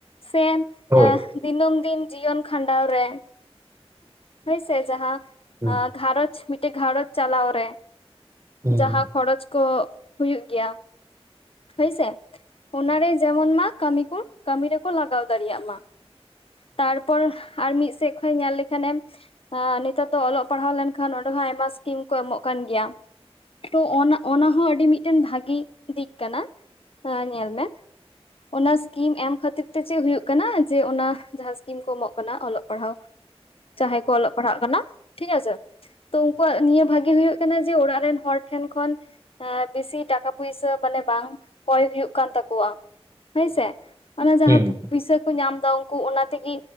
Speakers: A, on the left; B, on the right.
A: ᱥᱮ ᱮᱸ
B: ᱦᱳᱭ
A: ᱼᱼ ᱫᱤᱱᱟᱹᱢ ᱫᱤᱱ ᱡᱤᱭᱚᱱ ᱠᱷᱟᱸᱰᱟᱣ ᱨᱮᱼᱼ ᱦᱳᱭᱥᱮ ᱡᱟᱦᱟᱸ
B: ᱦᱩᱸ
A: ᱟᱸ ᱜᱷᱟᱨᱚᱧᱡᱽ ᱢᱤᱫᱴᱮᱡᱽ ᱜᱷᱟᱸᱨᱚᱧᱡᱽ ᱪᱟᱞᱟᱣ ᱨᱮ
B: ᱦᱩᱸ
A: ᱡᱟᱦᱟᱸ ᱠᱷᱚᱨᱚᱪ ᱠᱚ ᱦᱩᱭᱩᱜ ᱜᱮᱭᱟ ᱦᱳᱭᱥᱮ ᱚᱱᱟᱨᱮ ᱡᱮᱢᱚᱱ ᱢᱟ ᱠᱟᱹᱢᱤ ᱠᱚ ᱠᱟᱹᱢᱤ ᱨᱮᱠᱚ ᱞᱟᱜᱟᱣ ᱫᱟᱲᱮᱭᱟᱜ ᱢᱟ ᱛᱟᱨᱯᱚᱨ ᱟᱨ ᱢᱤᱫᱥᱮᱫ ᱠᱷᱚᱡᱽ ᱧᱮᱞ ᱞᱮᱠᱷᱟᱱᱮᱢᱼᱼ ᱟᱸ ᱱᱤᱛᱚᱜ ᱛᱚ ᱚᱞᱚᱜ ᱯᱟᱲᱦᱟᱣ ᱞᱮᱱᱠᱷᱟᱱ ᱚᱸᱰᱮᱦᱚ ᱟᱭᱢᱟ ᱥᱠᱤᱢ ᱠᱚ ᱮᱢᱚᱜ ᱠᱟᱱ ᱜᱮᱭᱟ ᱛᱚ ᱚᱱᱟ ᱚᱱᱟᱦᱚᱸ ᱟᱹᱰᱤ ᱢᱤᱫᱴᱮᱱ ᱵᱷᱟᱹᱜᱤ ᱫᱤᱠ ᱠᱟᱱᱟ ᱟᱸ ᱧᱮᱞ ᱢᱮ ᱚᱱᱟ ᱥᱠᱤᱢ ᱮᱢ ᱠᱷᱟᱹᱛᱤᱨ ᱛᱮ ᱪᱮᱫ ᱦᱳᱭᱳᱜ ᱠᱟᱱᱟ ᱡᱮ ᱚᱱᱟ ᱡᱟᱦᱟᱸ ᱥᱠᱤᱢ ᱠᱚ ᱮᱢᱚᱜ ᱠᱟᱱᱟ ᱚᱞᱚᱜ ᱯᱟᱲᱦᱟᱣ
B: ᱤ <inaudible>
A: ᱡᱟᱦᱟᱸᱭ ᱠᱚ ᱚᱞᱚᱜ ᱯᱟᱲᱦᱟᱜ ᱠᱟᱱᱟ, ᱴᱷᱤ ᱜᱟᱪᱷᱮ ᱛᱳ ᱩᱱᱠᱩᱣᱟᱜ ᱱᱤᱭᱟᱹ ᱵᱷᱟᱜᱤ ᱦᱩᱭᱩᱜ ᱼᱼ ᱠᱟᱱᱟ ᱡᱮ ᱚᱲᱟᱜ ᱨᱮᱱ ᱦᱚᱲ ᱴᱷᱮᱱ ᱠᱷᱚᱱ ᱮᱸ ᱵᱤᱥᱤ ᱴᱟᱠᱟ ᱯᱩᱭᱥᱟᱹᱼᱼ ᱢᱟᱱᱮ ᱵᱟᱝ ᱠᱚᱭ ᱦᱩᱭᱩᱜ ᱠᱟᱱ ᱛᱟᱠᱚᱣᱟ ᱦᱳᱭᱥᱮ ᱚᱱᱟ ᱡᱟᱦᱟᱸ
B: ᱦᱮᱸ᱾
A: ᱯᱩᱭᱥᱟᱹᱼᱼ ᱠᱚ ᱧᱟᱢ ᱫᱟ ᱩᱱᱠᱩ ᱚᱱᱟ ᱛᱮᱜᱮ